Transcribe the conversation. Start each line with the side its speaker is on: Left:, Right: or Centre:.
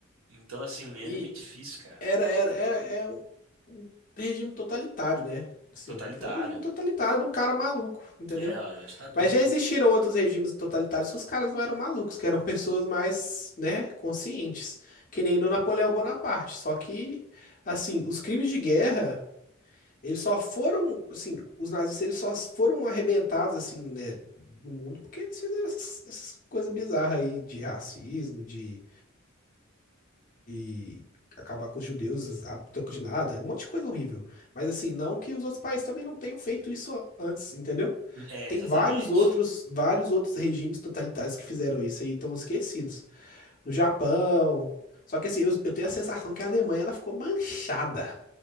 Right: Então, assim,
Left: E
Right: era meio difícil, cara.
Left: era, era, é, é um um regime totalitário, né? Sim,
Right: Totalitário.
Left: foi um regime totalitário de um cara maluco, entendeu?
Right: É, ó, uma ditadura
Left: Mas
Right: mesmo.
Left: já existiram outros regimes totalitários que os caras não eram malucos, que eram pessoas mais, né, conscientes, que nem do Napoleão Bonaparte. Só que, assim, os crimes de guerra, eles só foram, assim, os nazistas eles só foram arrebentados, assim, né, no mundo porque eles fizeram essas, essas coisas bizarras aí de racismo, de, e acabar com os judeus a troco de nada, um monte de coisa horrível. Mas assim, não que os outros países também não tenham feito isso a- antes, entendeu?
Right: É,
Left: Tem
Right: exatamente.
Left: vários outros, vários outros regimes totalitários que fizeram isso e estão esquecidos. No Japão. Só que assim, eu, eu tenho a sensação que a Alemanha ela ficou manchada.